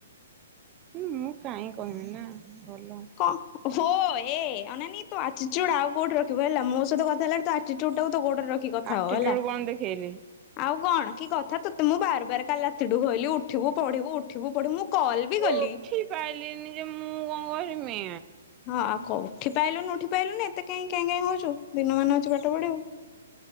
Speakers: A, on the right (about 25°); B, on the left (about 30°).
A: ହଁ ମୁଁ କାହିଁ କହିବି ନା ଭଲ।
B: କଣ ହୋ ଏ ନ ତୁ ଆଚୁଡ ଆଉ କୋଉଠି ରଖିବ ହେଲା ମୋ ସହିତ କଥା ହେଲା ତୋ ଅଟିତୁଡ ଟାକୁ ଗୋଡରେ ରଖି କଥା
A: ଆଟିଟ୍ୟୁଡ
B: ହବ ହେଲା
A: କଣ ଦେଖେଇଲି
B: ଆଉ କଣ କି କଥା ତୋତେ ମୁଁ ବାର ବାର କାଲି ରାତିଠୁ କହିଲି ଉଠିବୁ ପଢିବୁ ଉଠିବୁ ପଢିବୁ ମୁଁ କଲ୍ ବି
A: ମୁଁ
B: କଲି।
A: ଉଠିପାଇଲିିନି ଯେ ମୁଁ କଣ କରିମି।
B: ହଁ ଆଉ କ ଉଠି ପାଇଲୁନି ଉଠି ପାଇଲୁନି ଏତେ କାଇଁ କେଁ କେଁ ହଉୁଛୁ। ଦିନ ମାନ ଅଛି ପାଠ ପଢିବୁ।